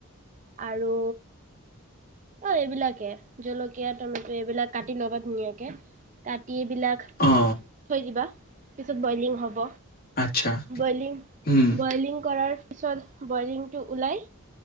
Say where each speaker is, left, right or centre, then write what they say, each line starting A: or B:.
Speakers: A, on the right; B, on the left.
A: আৰু অ' এইবিলাকে জলকীয়া টমেট এইবিলাক কাটি ল'বা ধুনীয়াকে। কাট এইবলাক
B: অ
A: থৈ দিবা। পিছত বইলিং হ'ব।
B: আচ্ছা
A: বইলিং
B: হুম
A: বইলিং কৰাৰ তাৰ পিছত বইলিংটো ওলায়।